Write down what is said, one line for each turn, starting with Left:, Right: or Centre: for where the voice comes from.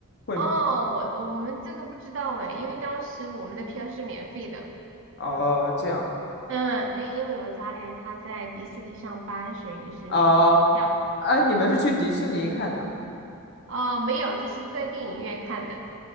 Left: 会吗？
Right: 哦，我我们这个不知道哎，因为当时我们的票是免费的。
Left: 哦，这样
Right: 嗯，对，因为我家里人他在迪士尼上班，所以就是免费的票。
Left: 哦，哎，你们是去迪士尼看的？
Right: 哦，没有，就是在电影院看的。